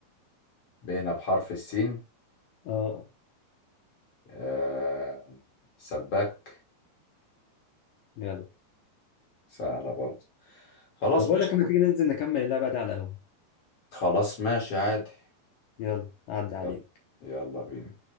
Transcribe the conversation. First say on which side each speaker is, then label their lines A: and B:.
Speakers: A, on the left (about 45°); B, on the left (about 70°).
A: بينا بحرف السين
B: اه
A: آه... سباك
B: يلا
A: سهلة برضه خلاص
B: طب بقول
A: ماشي
B: لك لما تيجي ننزل نكمل اللعبة دي على القهوة
A: خلاص ماشي عادي
B: يلا عدي عليك
A: يلا يلا بينا